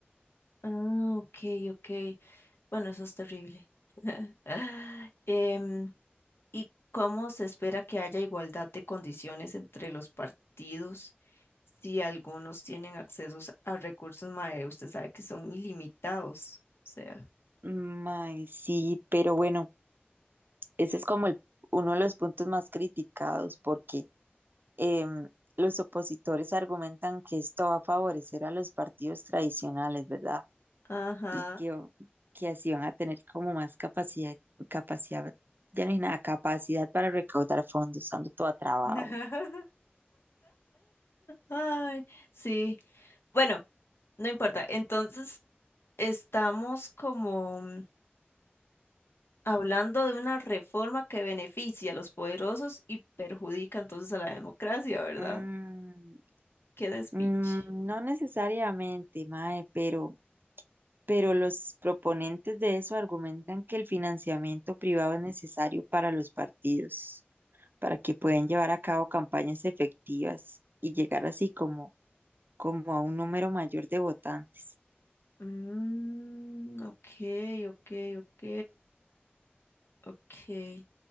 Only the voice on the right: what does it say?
Mae, sí, pero bueno, ese es como el- uno de los puntos más criticados porque em, los opositores argumentan que esto va a favorecer a los partidos tradicionales, ¿verdad?
Y que, o- que así van a tener como más capacidad, capacidad, ya no hay nada, capacidad para recaudar fondos, ando toda trabajo.
Mm,
mm, no necesariamente, Mae, pero, pero los proponentes de eso argumentan que el financiamiento privado es necesario para los partidos, para que puedan llevar a cabo campañas efectivas y llegar así como, como a un número mayor de votantes.